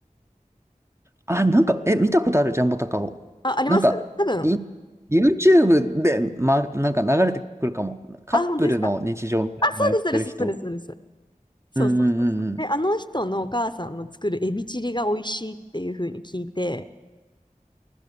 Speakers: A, on the right; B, on the left.
A: あ、なんか、え、見たことあるジャンボタカオ。
B: あ、あります多分。
A: なんか、い、YouTube で、ま、なんか流れてくるかも。カップルの日常みたいなのやってる人。
B: あ、本当ですか。あ、そうです、そうです、そうです、そうです。そうそうそうそう。
A: うんうんうんうん。
B: で、あの人のお母さんの作るエビチリが美味しいっていう風に聞いて、